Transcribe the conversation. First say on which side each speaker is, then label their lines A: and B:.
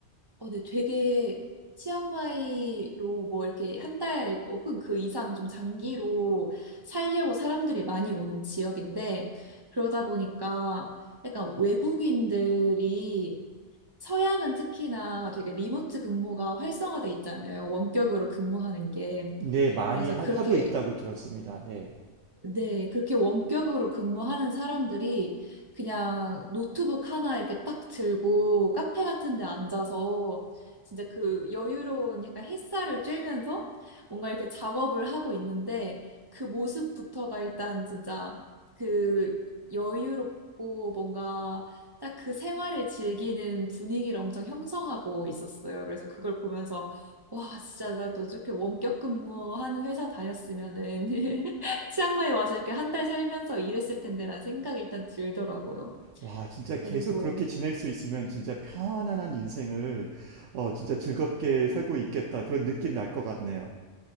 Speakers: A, on the right; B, on the right.
A: 어, 네, 되게 치앙마이로 뭐 이렇게 한 달 혹은 그 이상 좀 장기로 살려고 사람들이 많이 오는 지역인데 그러다 보니까 약간 외국인들이 서양은 특히나 되게 리모트 근무가 활성화돼 있잖아요. 원격으로 근무하는 게.
B: 네, 많이
A: 그래서
B: 하,
A: 그렇게
B: 고 있다고 들었습니다. 네.
A: 네, 그렇게 원격으로 근무하는 사람들이 그냥 노트북 하나 이렇게 딱 들고 카페 같은 데 앉아서 진짜 그 여유로운 약간 햇살을 쬐면서 뭔가 이렇게 작업을 하고 있는데 그 모습부터가 일단 진짜 그 여유롭고 뭔가 딱 그 생활을 즐기는 분위기를 엄청 형성하고 있었어요. 그래서 그걸 보면서 와, 진짜 나도 저렇게 원격 근무하는 회사 다녔으면은 <laughs> 치앙마이 와서 이렇게 한 달 살면서 일했을 텐데라는 생각이 일단 들더라고요.
B: 와, 진짜 계속
A: 그리고,
B: 그렇게 지낼 수 있으면 진짜 편안한 인생을 어, 진짜 즐겁게 살고 있겠다. 그런 느낌 날 것 같네요.